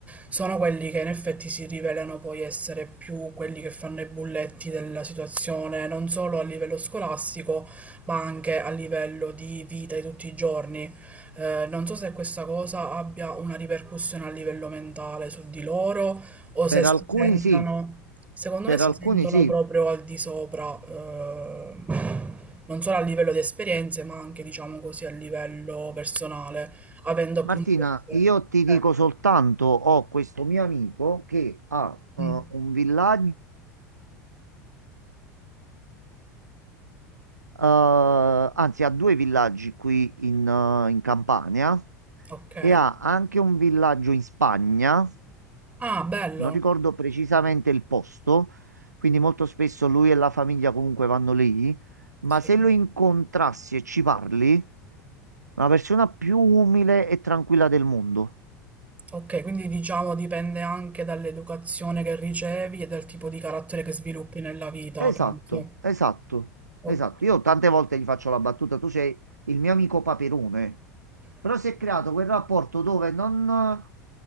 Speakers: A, on the right; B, on the right.
A: sono quelli che in effetti si rivelano poi essere più quelli che fanno i bulletti della situazione, non solo a livello scolastico, ma anche a livello di vita di tutti i giorni. Eh, non so se questa cosa abbia una ripercussione a livello mentale su di loro o se
B: Per
A: si
B: alcuni
A: sentono,
B: sì,
A: secondo
B: per
A: me si
B: alcuni
A: sentono
B: sì.
A: proprio al di sopra, ehm, non solo a livello di esperienze, ma anche, diciamo così, a livello personale, avendo appunto
B: Martina,
A: queste...
B: io ti
A: eh,
B: dico soltanto, ho questo mio amico che ha eh,
A: mm,
B: un villaggio, eh, anzi ha due villaggi qui in, eh, in Campania
A: ok.
B: e ha anche un villaggio in Spagna
A: Ah, bello.
B: non ricordo precisamente il posto, quindi molto spesso lui e la famiglia comunque vanno lì, ma
A: Sì.
B: se lo incontrassi e ci parli, è una persona più umile e tranquilla del mondo.
A: Ok, quindi diciamo dipende anche dall'educazione che ricevi e dal tipo di carattere che sviluppi nella vita,
B: Esatto,
A: penso.
B: esatto,
A: Ok.
B: esatto. Io tante volte gli faccio la battuta, tu sei il mio amico Paperone. Però si è creato quel rapporto dove non...